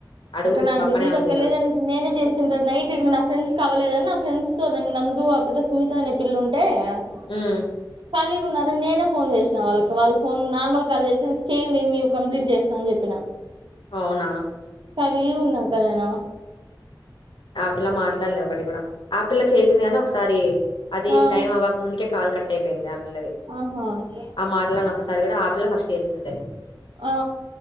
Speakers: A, on the left; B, on the right.
A: అడుగు
B: అక్క నాకు
A: పక్కనే
B: తెలియదు
A: ఉందిగా
B: అక్క లేదు నేనే చేసింది నైట్ ఇంకా నా ఫ్రెండ్స్ కా అవ్వలేదని నా ఫ్రెండ్స్ నందు ఆ పిల్ల సుజిత అనే పిల్ల ఉంటే <unintelligible>
A: ఉమ్
B: ఖాళీగా ఉన్నారు నేనే ఫోన్ చేసినా వాళ్ళకి వాళ్ళు ఫోన్ నార్మల్ కాల్ చేసికి చేయండి మీరు కంప్లీట్ చేస్తా అని చెప్పినా
A: అవునా
B: ఖాళీగే ఉన్న అక్క నేను
A: ఆ పిల్లా మాట్లాడలే ఒకటి కూడా ఆ పిల్ల చేసింది గాని ఒకసారి అది
B: ఆ
A: టైమ్ అవ్వక ముందుకే కాల్ కట్ట అయిపోయింది పిల్లది
B: ఆహా ఏమో
A: ఆ మాట్లాని ఒకసారి కూడా ఆ పిల్ల ఫస్ట్ చేసిందిలే
B: ఆ